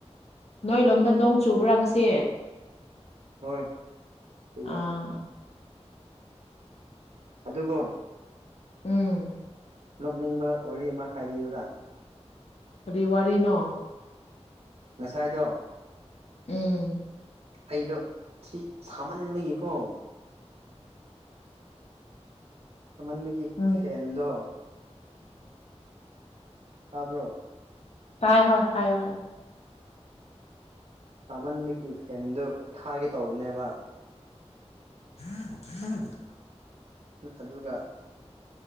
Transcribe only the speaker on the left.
ꯅꯣꯏ ꯂꯣꯝꯗ ꯅꯣꯡ ꯆꯨꯕ꯭ꯔꯥꯪꯉꯁꯦ
ꯑꯥ
ꯎꯝ
ꯀꯔꯤ ꯋꯥꯔꯤꯅꯣ
ꯎꯝ
ꯎꯝ
ꯇꯥꯏ ꯍꯣꯏ ꯍꯥꯏꯌꯣ ꯍꯥꯏꯌ‌ꯣ
ꯎꯝ ꯎꯝ